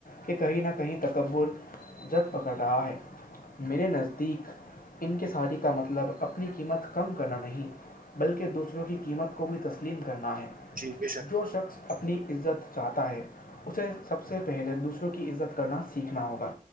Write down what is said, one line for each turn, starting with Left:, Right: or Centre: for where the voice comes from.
Left: کہ کہیں نہ کہیں تکبر جد پکڑ رہا ہے میرے نزدیک ان کے ساریی کا مطلب اپنی قیمت کم کرنا نہیں بلکہ دوسروں کی قیمت کو بھی تسلیم کرنا ہے
Right: جی بے شک
Left: جو شخص اپنی عزت چاہتا ہے اسے سب سے پہلے دوسروں کی عزت کرنا سیکھنا ہوگا